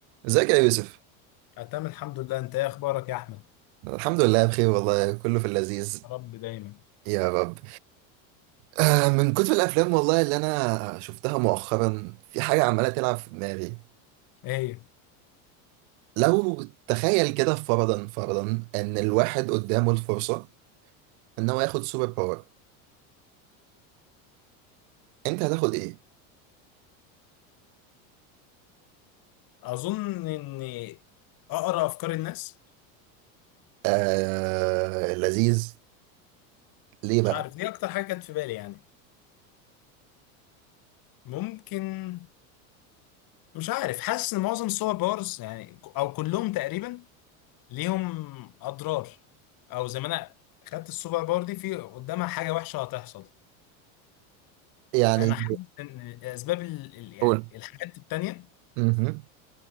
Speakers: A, on the right; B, on the left.
A: ازيك يا يوسف
B: أنا تمام الحمد لله انت ايه اخبارك يا احمد
A: الحمد لله بخير والله كله في اللذيذ
B: يا رب دايما
A: يا رب آه من كتر الافلام والله اللي انا شفتها مؤخرا في حاجه عماله تلعب في دماغي
B: ايه
A: لو تخيل كده فرضا فرضا ان الواحد قدامه الفرصه ان هو ياخد سوبر باور انت هتاخد ايه
B: اظن اني اقرا افكار الناس
A: آه لذيذ ليه
B: مش
A: بقى
B: عارف دي اكتر حاجه كانت في بالي يعني ممكن مش عارف حاسس ان معظم الصور بارز يعني او كلهم تقريبا ليهم اضرار او زي ما انا خدت السوبر باور دي في قدامها حاجه وحشه هتحصل
A: يعني
B: انا حاسس ان اسباب ال... ال- يعني
A: قول
B: الحاجات التانيه
A: مهم.